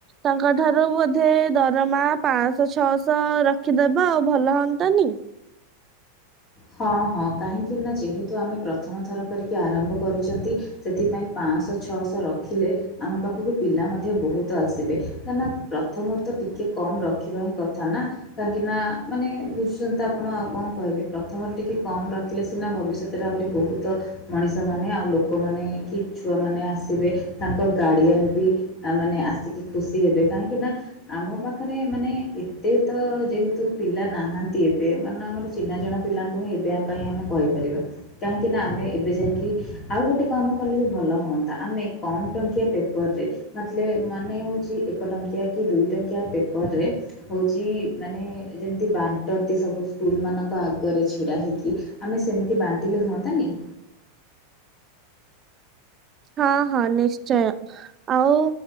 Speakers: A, on the right; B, on the left.
A: ତାଙ୍କଠାରୁ ବୋଧେ ଦରମା ପାଂଶ ଛଅଶ ରଖିଦବା ଆଉ ଭଲ ହଅନ୍ତାନି।
B: ହଁ ହଁ କାହିଁକି ନା ଯେହେତୁ ଆମେ ପ୍ରଥମ ଥର କରିକି ଆରମ୍ଭ କରୁଛନ୍ତି। ସେଥିପାଇଁ ପାଆଁଶ ଛଅଶ ରଖିଲେ। ଆମ ପାଖକୁ ପିଲା ମଧ୍ୟ ବହୁତ ଆସିବେ କାହିଁକିନା ପ୍ରଥମରୁ ତ ଟିକେ କମ ରଖିବା ହିଁ କଥା ନା। କାହିଁକି ନା ମାନେ ବୁଝୁଛନ୍ତି ତ ଆପଣ ଆଉ କଣ କହିବି। ପ୍ରଥମରୁ ଟିକେ କମ୍ ରଖିଲେ ସିନା ଭବିଷ୍ୟତ ରେ ଆହୁରି ବହୁତ। ମଣିଷ ମାନେ ଆଉ ଲୋକମାନେ କି ଛୁଆମାନେ ଆସିବେ ତାଙ୍କ ଗାର୍ଡିଅନ ବି। ଆ ମାନେ ଆସିକି ଖୁସି ହେବେ କାହିଁକି ନା। ଆମ ପାଖରେ ମାନେ ଏତେ ତ ଯେହେତୁ ପିଲା ନାହାନ୍ତି ଏବେ ମାନେ ଆମର ଚିହ୍ନା ଜଣା। ପିଲାଙ୍କୁ ହିଁ ଏବେ ଆମ ପାଇଁ ଆମେ କହିପାରିବା। କାହିଁକିନା ଆମେ ଏବେ ଯାଇଙ୍କି ଆଉ ଗୋଟେ କାମ କଲେ ବି ଭଲ ହୁଅନ୍ତା ଆମେ କମ୍ ଟଙ୍କିଆ ପେପରରେ। ମତଲେ ମାନେ ହଉଛି ଏକ ଟଙ୍କିଆ କି ଦୁଇ ଟଙ୍କିଆ ପେପର ରେ। ହଉଛି ମାନେ ଯେମିତି ବାଣ୍ଟନ୍ତି ସବୁ ସ୍କୁଲ ମାନଙ୍କ ଆଗ କରି ଛିଡ଼ା ହେଇକି ଆମେ ସେମିତି ବାଣ୍ଟିଲେ ହୁଅନ୍ତାନି।
A: ହଁ ହଁ ନିଶ୍ଚୟ ଆଉ